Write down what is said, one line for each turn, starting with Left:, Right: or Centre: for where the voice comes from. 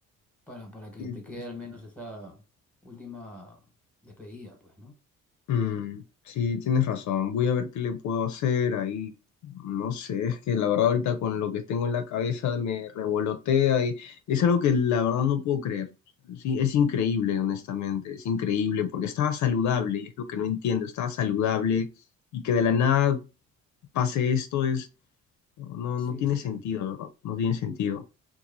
Centre: para, para que
Left: Sí,
Centre: te quede
Left: pues.
Centre: al menos esa última despedida, pues, ¿no?
Left: Mm, sí, tienes razón. Voy a ver qué le puedo hacer ahí. No sé, es que la verdad ahorita con lo que tengo en la cabeza me revolotea y es algo que la verdad no puedo creer. Sí, es increíble, honestamente, es increíble porque estaba saludable y es lo que no entiendo, estaba saludable y que de la nada pase esto es, no, no
Centre: Sí,
Left: no tiene
Centre: sí,
Left: sentido,
Centre: también.
Left: ¿verdad? No tiene sentido.